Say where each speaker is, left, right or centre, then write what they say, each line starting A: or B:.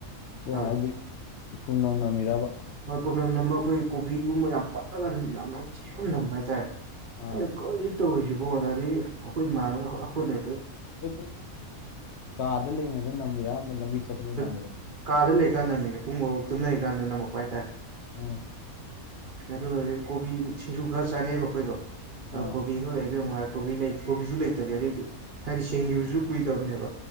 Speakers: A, on the right; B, on the left.
A: ꯈꯪꯉꯕ
B: ꯍꯥꯏꯗꯤ ꯐꯨꯝꯅꯝ ꯅꯝꯃꯤꯔꯕ
A: ꯍꯣꯏ ꯄꯨꯝꯅꯝ ꯅꯝꯃꯒ ꯑꯩꯈꯣꯏꯒꯤ ꯀꯣꯕꯤꯒꯨꯝꯕ ꯌꯥꯝ ꯄꯠꯂꯒ ꯌꯥꯝꯅ ꯅꯝꯊꯤꯕ ꯑꯃ ꯅꯝꯕ ꯍꯥꯏꯇꯥꯔꯦ
B: ꯑꯥ
A: ꯑꯦ ꯀꯔꯤꯅꯣ ꯇꯧꯔꯤꯁꯤꯕꯣꯅ ꯑꯗꯒꯤ ꯑꯩꯈꯣꯏ ꯏꯃꯥꯟꯅꯕ ꯄꯨꯟꯅ
B: ꯍꯦꯛꯇ ꯀꯥꯗ ꯂꯩꯔꯤꯉꯩꯗ ꯅꯝꯃꯤꯔ ꯂꯝꯕꯤ ꯆꯠꯄꯗ ꯅꯝꯃꯤꯔꯕ
A: <unintelligible> ꯀꯥꯗ ꯂꯩꯔꯤꯀꯥꯟꯗ ꯅꯝꯃꯤꯅꯤ ꯄꯨꯡ ꯕꯥꯔꯣ ꯇꯨꯝꯅꯔꯤꯀꯥꯟꯗ ꯅꯝꯃꯛꯄ ꯍꯥꯏꯇꯥꯔꯦ
B: ꯎꯝ
A: ꯑꯗꯨꯒꯗꯤ ꯀꯣꯕꯤ ꯁꯤꯡꯖꯨ ꯈꯔ ꯆꯥꯅꯤꯡꯉꯒ ꯑꯩꯈꯣꯏꯗꯣ
B: ꯑꯥ
A: ꯀꯣꯕꯤꯗꯨ ꯂꯩꯕ꯭ꯔ ꯌꯦꯡꯉꯣ ꯍꯥꯏ ꯀꯣꯕꯤ ꯂꯩ ꯀꯣꯕꯤꯖꯨ ꯂꯩꯇꯕꯤ ꯑꯗꯩꯗꯤ ꯍꯥꯏꯗꯤ ꯁꯦꯡꯒꯤꯕꯖꯨ ꯀꯨꯏꯗꯕꯅꯦꯕ